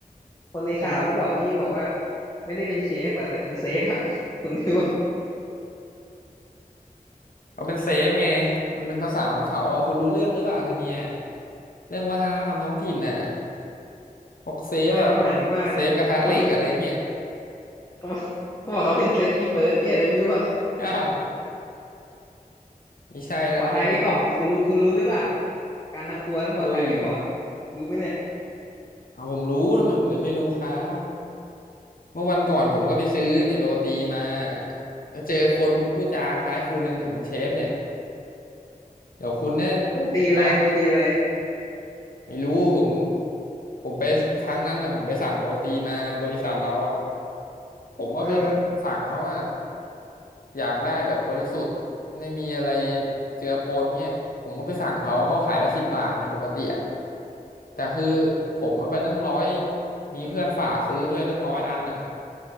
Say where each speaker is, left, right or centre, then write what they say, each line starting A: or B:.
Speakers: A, on the left; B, on the left.
A: คนในข่าวหรือเปล่าที่บอกว่า
B: คุณ
A: ไม่ได้เป็นเชฟอะแต่เป็นเซฟอะ <laughs> ผมไม่รู้ว่า
B: เขาเป็นเซฟไงมันเป็นภาษาของเขาอ่ะคุณรู้เรื่องหรือเปล่าเธอเนี่ยเรื่องวัฒนธรรมท้องถิ่นน่ะพวกเซฟอ่ะ
A: ไม่เขาหมายถึงว่า
B: เซฟกระทะเหล็กอะไรเงี้ย
A: เขาเป็นเขาบอกเขาบอกเขาเป็นเซฟตี้เฟิร์สที่อะไรไม่รู้อ่ะ
B: อ้าวไม่ใช่แล้วครับวันนั้น
A: ปลอดภัยไว้ก่อนนะคุณรู้คุณรู้หรือเปล่าการทำครัวต้องปลอดภัยไว้ก่อน
B: เอ้ย
A: รู้ไหมเนี่ย
B: เอาผมรู้ทำไมผมจะไม่รู้ครับ เมื่อวันก่อนผมก็ไปซื้อเนี่ยโรตีมาแล้วเจอคนพูดจาคล้ายคุณเลยเนี่ยคุณเชฟเนี่ยเดี๋ยวคุณเนี่ย
A: โรตีอะไรโรตีอะไร
B: คณะ ไม่รู้ผมผมไปครั้งนั้นอ่ะผมไปสั่งโรตีมาบริษัทเราอ่ะผมก็ไป
A: เออ
B: สั่งเขาว่าอยากได้แบบบริสุทธิ์ไม่มีอะไรเจือปนเงี้ยผมก็ไปสั่งเขาเขาขายละสิบบาทนะปกติอ่ะแต่คือผมเอาไปตั้งร้อยมีเพื่อนฝากซื้อด้วยตั้งร้อยอันอ่ะ